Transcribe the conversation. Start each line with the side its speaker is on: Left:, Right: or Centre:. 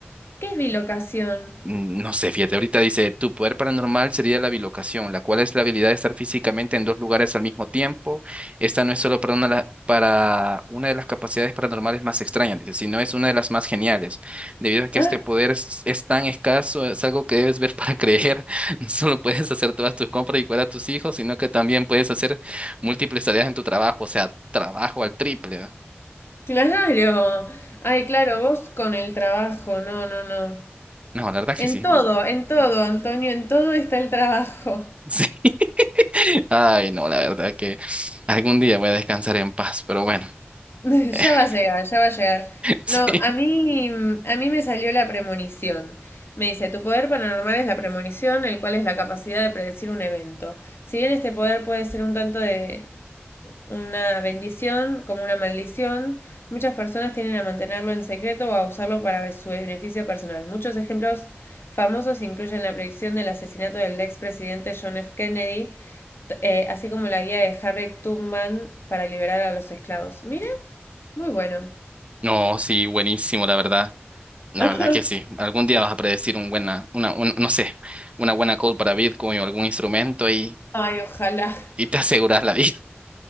Left: ¿Qué es bilocación?
Right: Mm, No sé, fíjate, ahorita dice, tu poder paranormal sería la bilocación, la cual es la habilidad de estar físicamente en dos lugares al mismo tiempo. Esta no es solo para una, la- para una de las capacidades paranormales más extrañas, dice, sino es una de las más geniales. Debido a que
Left: Ah,
Right: este poder es, es tan escaso, es algo que debes ver para <laughs> creer. No solo puedes hacer todas tus compras y cuidar a tus hijos, sino que también puedes hacer múltiples tareas en tu trabajo, o sea, trabajo al triple, ¿va?
Left: claro. Ay, claro, vos con el trabajo. No, no, no.
Right: No, la verdad
Left: En
Right: que sí.
Left: todo, en todo, Antonio, en todo está el trabajo.
Right: Sí. <laughs> Ay, no, la verdad que algún día voy a descansar en paz, pero bueno,
Left: <laughs>
Right: <laughs>
Left: Ya va a llegar, ya va a llegar.
Right: sí.
Left: No, a mí, a mí me salió la premonición. Me dice, tu poder paranormal es la premonición, el cual es la capacidad de predecir un evento. Si bien este poder puede ser un tanto de una bendición como una maldición. Muchas personas tienden a mantenerlo en secreto o a usarlo para su beneficio personal. Muchos ejemplos famosos incluyen la predicción del asesinato del expresidente John F. Kennedy, eh, así como la guía de Harry Tubman para liberar a los esclavos. Mira, muy bueno.
Right: No, sí, buenísimo, la verdad. La
Left: <laughs>
Right: verdad que sí. Algún día vas a predecir un buena, una, un- no sé, una buena call para Bitcoin o algún instrumento y,
Left: Ay, ojalá,
Right: y te aseguras la vida. <laughs>